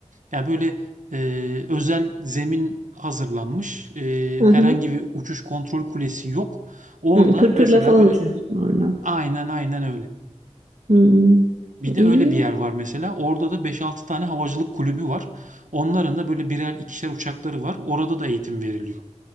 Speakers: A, on the right; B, on the right.
A: Yani böyle e, özel zemin hazırlanmış. E,
B: Hı hı.
A: herhangi bir uçuş kontrol kulesi yok. Orada
B: Hı, pırpırla
A: mesela
B: falan
A: böyle
B: uçuyorsun orada.
A: aynen aynen öyle.
B: Hmm.
A: Bir de
B: İyi.
A: öyle bir yer var mesela. Orada da beş altı tane havacılık kulübü var. Onların da böyle birer ikişer uçakları var. Orada da eğitim veriliyor.